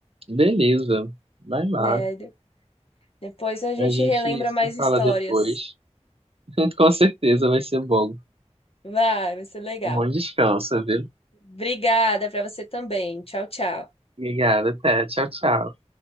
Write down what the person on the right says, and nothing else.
beleza. Vai lá.
A gente
se
fala depois. <laughs> Com certeza vai ser bom.
Um bom descanso, viu?
Obrigado, até. Tchau, tchau.